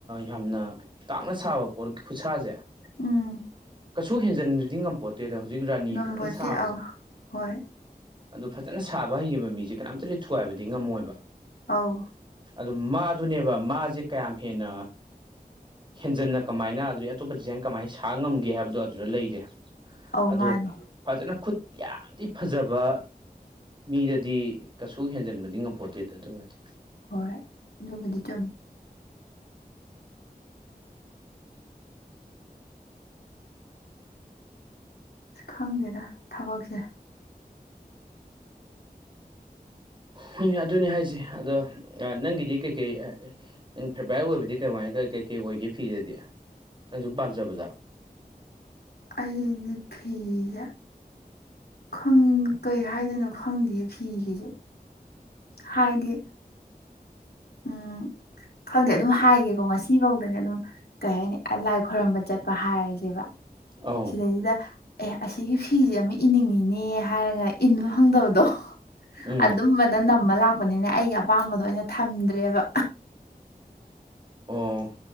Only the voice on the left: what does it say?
ꯎꯝ
ꯉꯝꯄꯣꯠꯇꯦ
ꯑꯧ ꯍꯣꯏ
ꯑꯧ
ꯑꯧ
ꯃꯥꯅꯦ
ꯍꯣꯏ ꯑꯗꯨꯕꯨꯗꯤ ꯆꯨꯝꯃꯤ ꯈꯪꯗꯦꯗꯥ ꯊꯕꯛꯁꯦ
ꯑꯩꯗꯤ ꯐꯤꯖ‌ꯦ ꯅꯪ ꯀꯩ ꯍꯥꯏꯗꯣꯏꯅꯣ ꯈꯪꯗꯦꯌꯦ ꯐꯤꯒꯤꯁꯦ ꯍꯥꯏꯗꯤ ꯎꯝ ꯈꯪꯗꯦ ꯑꯗꯨꯝ ꯍꯥꯏꯒꯦꯀꯣ ꯉꯁꯤꯐꯧꯗꯅꯦ ꯑꯗꯨꯝ ꯀꯩ ꯍꯥꯏꯅꯤ ꯂꯥꯏ ꯈꯣꯏꯔꯝꯕ ꯆꯠꯄ ꯍꯥꯏꯔꯁꯦꯕ
ꯁꯤꯗꯩꯁꯤꯗ ꯑꯦ ꯑꯁꯤꯒꯤ ꯐꯤꯁꯦ ꯑꯃ ꯏꯅꯤꯡꯉꯤꯅꯦ ꯍꯥꯏꯔꯒ ꯏꯟꯕ ꯐꯪꯗꯕꯗꯣ
ꯑꯗꯨꯝꯕꯅ ꯅꯝꯃ ꯂꯥꯛꯄꯅꯤꯅ ꯑꯩꯒꯤ ꯑꯄꯥꯝꯕꯗꯣ ꯑꯩꯅ ꯊꯝꯗ꯭ꯔꯦꯕ